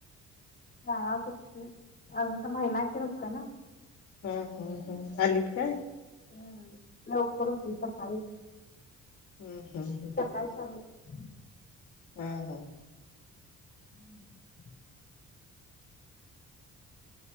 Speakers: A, on the left (about 30°); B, on the left (about 50°).
A: हा सुट्टी, आज असा महिना अखेर होता ना.
B: हा हम हम, आलीत काय?
A: हम्म लवकर उठली सकाळी.
B: हम्म हम् हम्.
A: <unintelligible>
B: हम हम.
A: <inaudible>